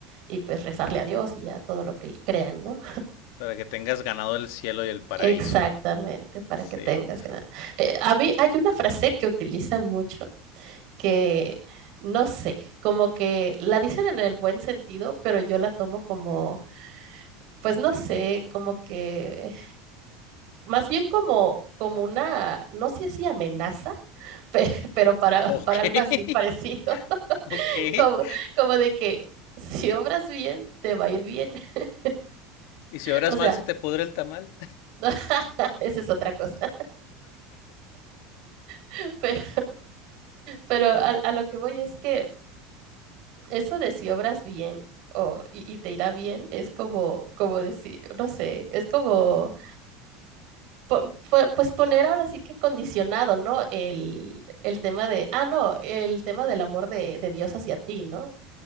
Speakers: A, on the right; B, on the left.
A: Y pues rezarle a Dios y a todo lo que crean, ¿no?
B: Para que tengas ganado el cielo y el paraíso.
A: Exactamente, para
B: Sí.
A: que tengas ganas. Eh, a mí hay una frase que utiliza mucho que no sé, como que la dicen en el buen sentido, pero yo la tomo como, pues no sé, como que más bien como como una, no sé si amenaza, pe- <laughs> pero para
B: Ok.
A: para algo
B: <laughs>
A: así parecido, <laughs>
B: Ok. Y
A: como como de que si obras bien te va a ir bien. <laughs>
B: si oras
A: O sea,
B: mal, se te pudre el tamal.
A: <laughs> esa es otra cosa, <laughs> pero pero a a lo que voy es que Eso de si obras bien o, y, y te irá bien es como, como decir, no sé, es como, po- po- pues poner ahora sí que condicionado, ¿no? El, el tema de, ah, no, el tema del amor de, de Dios hacia ti, ¿no?